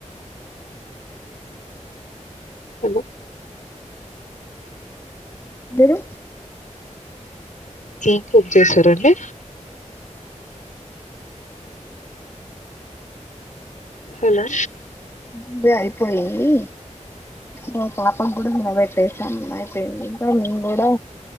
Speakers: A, on the left; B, on the left.
A: హలో
B: మీరు
A: కేక్ కట్ చేసారండి హలో!
B: ఇగ అయిపోయిందండి మా పాపం కూడా <unintelligible> అయిపోయింది ఇంకా నేన్ కూడా